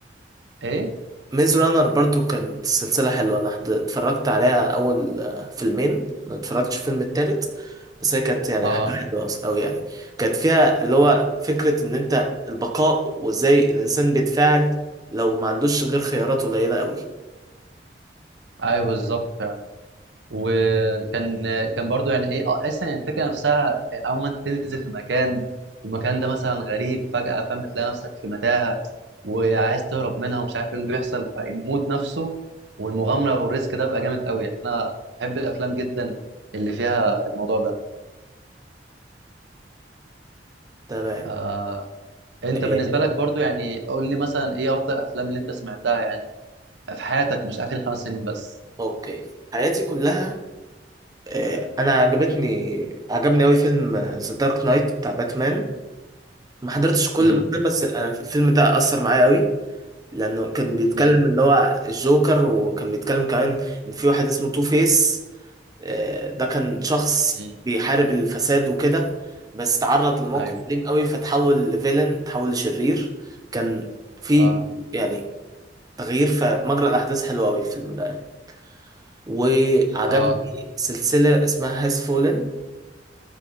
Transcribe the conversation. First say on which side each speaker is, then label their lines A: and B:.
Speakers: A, on the right; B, on the right.
A: ايه
B: ميز رانر برضو كانت سلسله حلوه انا حد- اتفرجت عليها اول آه، فيلمين ما اتفرجتش في الفيلم التالت بس هي كانت يعني
A: اه
B: حاجه <laughs> حلوه قوي يعني كانت فيها اللي هو فكره ان انت البقاء وازاي الانسان بيتفاعل لو ما عندوش غير خيارات قليله قوي
A: ايوه بالظبط فعلا وكان كان برضو يعني ايه آه، اصلا يعني الفكره نفسها يعني اول ما انت تنزل في مكان والمكان ده مثلا غريب فجاه فاهم بتلاقي نفسك في متاهه وعايز تهرب منها ومش عارف ايه اللي بيحصل فالمود نفسه والمغامره والريسك ده بقى جامد قوي يعني انا بحب الافلام جدا اللي فيها الموضوع ده
B: تمام
A: آه انت
B: آه،
A: بالنسبه لك برضو يعني قول لي مثلا ايه افضل افلام اللي انت سمعتها يعني في حياتك مش اخر خمس سنين بس
B: اوكي حياتي كلها آه، انا عجبتني عجبني قوي فيلم ذا دارك نايت بتاع باتمان ما حضرتش كل
A: امم
B: باتمان بس أنا الفيلم ده اثر معايا قوي لانه كان بيتكلم
A: امم
B: اللي هو الجوكر وكان بيتكلم كمان ان في واحد اسمه تو فيس آه، ده كان شخص
A: امم
B: بيحارب الفساد وكده بس تعرض لموقف
A: ايوه
B: أليم قوي فتحول لفيلن تحول لشرير كان في
A: اه
B: يعني تغيير في مجرى الاحداث حلو قوي الفيلم ده يعني. وعجبني
A: اه
B: سلسلة اسمها هاز فولن